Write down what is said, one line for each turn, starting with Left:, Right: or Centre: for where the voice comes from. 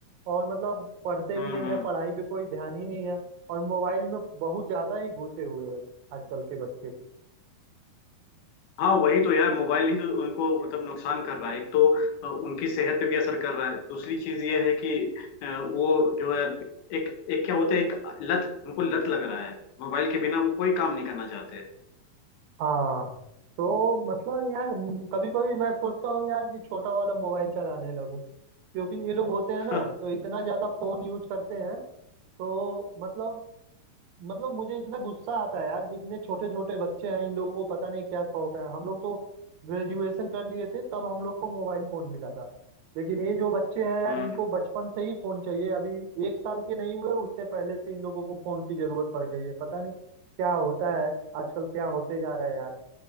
Right: और मतलब पढ़ते
Left: हम्म
Right: भी नहीं
Left: हम्म।
Right: है पढ़ाई पे कोई ध्यान ही नहीं है और मोबाइल में बहुत ज्यादा ही घुसे हुए हैं आजकल के बच्चे
Left: हाँ वही तो यार मोबाइल ही तो उनको मतलब नुकसान कर रहा है एक तो अ, उनकी सेहत पे भी असर कर रहा है दूसरी चीज ये है कि अ, वो जो है एक एक क्या होता है एक लत उनको लत लग रहा है मोबाइल के बिना वो कोई काम नहीं करना चाहते
Right: हाँ तो मतलब यार कभी कभी मैं सोचता हूँ यार कि छोटा वाला मोबाइल चलाने लगूं क्योंकि ये लोग होते
Left: <laughs>
Right: हैं ना तो इतना ज्यादा फोन यूज करते हैं तो मतलब मतलब मुझे इतना गुस्सा आता है यार कि इतने छोटे छोटे बच्चे हैं इन लोगों को पता नहीं क्या शौक है हम लोग तो ग्रेजुएशन कर लिए थे तब हम लोग को मोबाइल फोन मिला था लेकिन ये जो बच्चे हैं यार
Left: हम्म
Right: इनको बचपन से ही फोन चाहिए अभी एक साल के नहीं हुए उससे पहले से इन लोगों को फोन की जरूरत पड़ गई है पता नहीं क्या होता है आजकल क्या होते जा रहा है यार